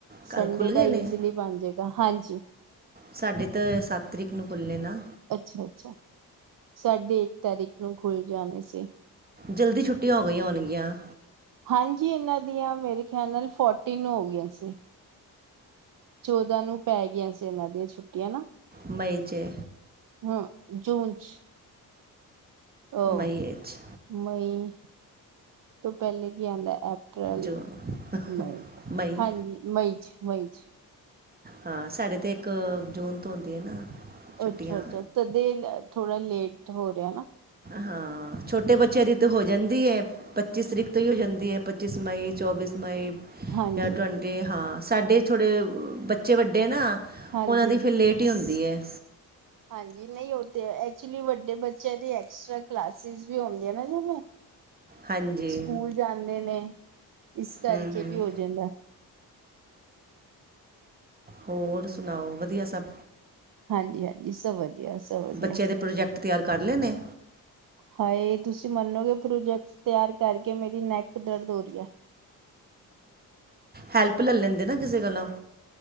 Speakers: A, on the right; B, on the right.
A: ਕੱਲ੍ਹ
B: ਸੰਡੇ
A: ਖੁੱਲ੍ਹ ਗਏ
B: ਦਾ
A: ਨੇ
B: ਈਜ਼ਲੀ ਬਣ ਜਾਏਗਾ ਹਾਂਜੀ।
A: ਸਾਡੇ ਤਾਂ ਸੱਤ ਤਰੀਕ ਨੂੰ ਖੁੱਲ੍ਹੇ ਨਾ
B: ਅੱਛਾ-ਅੱਛਾ, ਸਾਢੇ ਇੱਕ ਤਾਰੀਖ ਨੂੰ ਖੁੱਲ ਜਾਣੇ ਸੀ।
A: ਜਲਦੀ ਛੁੱਟਟੀ ਹੋ ਗਈ ਹੋਨਗੀਆਂ।
B: ਹਾਂਜੀ, ਇਹਨਾਂ ਦੀਆਂ ਮੇਰੇ ਖਿਆਲ ਨਾਲ ਫੋਰਟੀ ਨੂੰ ਹੋ ਗਈਆਂ ਸੀ। ਚੌਦਾਂ ਨੂੰ ਪੈ ਗਈਆਂ ਸੀ, ਇਹਨਾਂ ਦੀਆਂ ਛੁੱਟੀਆਂ ਨਾ।
A: ਮਈ 'ਚ
B: ਹੂੰ, ਜੂਨ ਚ ਉਹ
A: ਮਈ ਵਿੱਚ
B: ਮਈ ਤੋਂ ਪਹਿਲੇ ਕੀ ਆਂਦਾ ਅਪ੍ਰੈਲ,
A: ਜੂਨ
B: ਮਈ
A: ਮਈ
B: ਹਾਂਜੀ ਮਈ ਚ, ਮਈ ਚ।
A: ਹਾਂ ਸਾਡੇ ਤੇ ਇੱਕ ਜੂਨ ਤੋਂ ਹੁੰਦੀਆਂ ਏ ਨਾ ਛੁੱਟੀਆਂ
B: ਅੱਛਾ-ਅੱਛਾ, ਤਦੇ ਥੋੜਾ ਲੇਟ ਹੋ ਰਿਹਾ ਨਾ
A: ਹਾਂ, ਛੋਟੇ ਬੱਚਿਆਂ ਦੀ ਤਾਂ ਹੋ ਜਾਂਦੀ ਐ, ਪੱਚੀ ਤਰੀਕ ਤੋਂ ਹੀ ਹੋ ਜਾਂਦੀ ਐ। ਪੱਚੀਸ ਮਈ, ਚੌਬੀਸ ਮਈ,
B: ਹਾਂਜੀ।
A: ਜਾਂ ਟਵ ਤੇ ਹਾਂ ਸਾਡੇ ਥੋੜ੍ਹੇ ਬੱਚੇ ਵੱਡੇ ਨਾ
B: ਹਾਂਜੀ।
A: ਉਹਨਾਂ ਦੀ ਫਿਰ ਲੇਟ ਹੀ ਹੁੰਦੀ ਹੈ
B: ਹਾਂਜੀ, ਨਈ ਉ ਤੇ ਏ ਐਕਚੁਲੀ ਵੱਡੇ ਬੱਚਿਆਂ ਦੇ ਐਕਸਟਰਾ ਕਲਾਸਿਸ ਵੀ ਹੁੰਦੀਆਂ ਨਾ ਜਿਵੇਂ
A: ਹਾਂਜੀ
B: ਸਕੂਲ ਜਾਂਦੇ ਨੇ, ਇਸ ਕਰਕੇ
A: ਹੂੰ ਹੂੰ
B: ਵੀ ਹੋ ਜਾਂਦਾ।
A: ਹੋਰ ਸੁਣਾਓ ਵਧੀਆ ਸਭ।
B: ਹਾਂਜੀ, ਹਾਂਜੀ ਸਭ ਵਧੀਆ, ਸਭ ਵਧੀਆ।
A: ਬੱਚਿਆਂ ਦੇ ਪ੍ਰੋਜੈਕਟ ਤਿਆਰ ਕਰ ਲੈਂ ਨ
B: ਹਾਏ, ਤੁਸੀਂ ਮੰਨੋਗੇ ਪ੍ਰੋਜੈਕਟ ਤਿਆਰ ਕਰਕੇ ਮੇਰੀ ਨੈਕ ਦਰਦ ਹੋ ਰਹੀ ਹੈ
A: ਹੈਲਪ ਲੈ ਲੈਂਦੇ ਨਾ ਕਿਸੇ ਕੋਲੋਂ